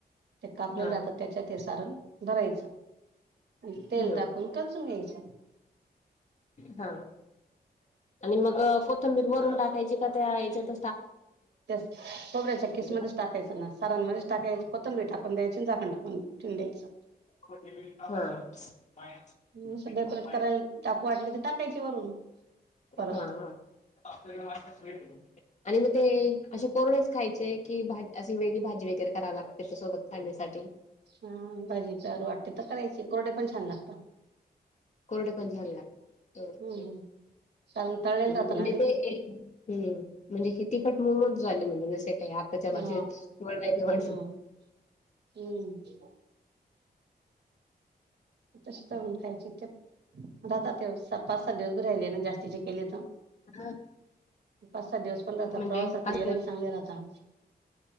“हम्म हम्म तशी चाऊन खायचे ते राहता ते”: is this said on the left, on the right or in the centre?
Right